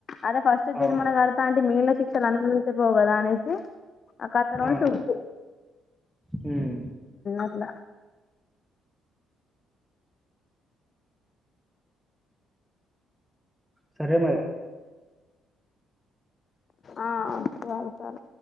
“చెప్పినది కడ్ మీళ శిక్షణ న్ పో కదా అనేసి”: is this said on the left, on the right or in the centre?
Left